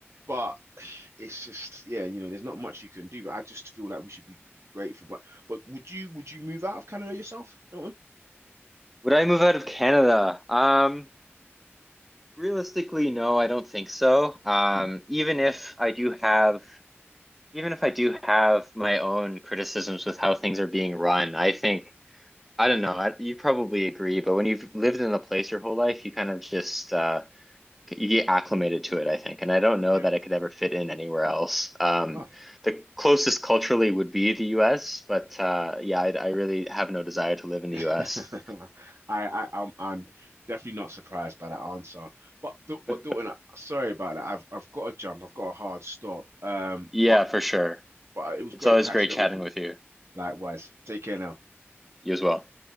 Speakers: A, on the right; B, in the centre.
A: but it's just, yeah, you know, there's not much you can do. But I just feel like we should be grateful. But but would you would you move out of Canada yourself, Dalton?
B: Would I move out of Canada? Um, realistically, no, I don't think so. Um,
A: Mm,
B: even if I do have even if I do have my own criticisms with how things are being run, I think I don't know, I, you probably agree, but when you've lived in a place your whole life, you kind of just uh you get acclimated to it, I think. And I don't know
A: yeah.
B: that I could ever fit in anywhere else. Um,
A: Oh.
B: the closest culturally would be the US, but uh, yeah, I, I really have no desire to live in
A: <laughs>
B: the US.
A: I, I I'm I'm definitely not surprised by that answer. But Dal- but
B: <laughs>
A: Dalton, uh, sorry about that. I've I've got to jump. I've got a hard stop. Um,
B: Yeah,
A: but
B: for sure.
A: but it was
B: It's
A: great
B: always
A: catching
B: great
A: up
B: chatting
A: with you.
B: with you.
A: Likewise. Take care now.
B: You as well.